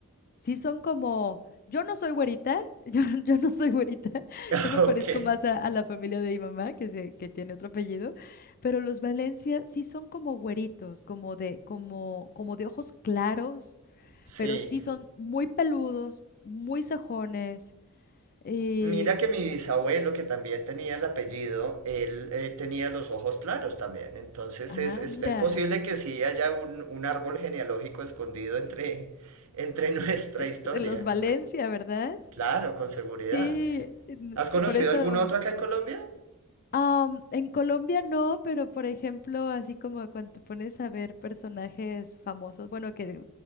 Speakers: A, on the left; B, on the right.
A: sí son como, yo no soy güerita, <laughs> yo, yo no soy güerita, <laughs>
B: <laughs>
A: yo me
B: Ok.
A: parezco <laughs> más a, a la familia de mi mamá, que, se, que tiene otro apellido, pero los Valencia sí son como güeritos, como de, como, como de ojos claros,
B: Sí.
A: pero sí son muy peludos, muy sajones, y,
B: Mira que mi bisabuelo, que también tenía el apellido, él eh, tenía los ojos claros también. Entonces
A: ah,
B: es, es,
A: mira,
B: es posible que sí haya un, un árbol genealógico escondido entre, entre <laughs> nuestra
A: eh,
B: historia.
A: los Valencia, ¿verdad?
B: Claro, con seguridad.
A: Sí, en-
B: ¿Has conocido
A: por eso...
B: algún otro acá en Colombia?
A: Am, en Colombia no, pero por ejemplo, así como cuando te pones a ver personajes famosos, bueno, que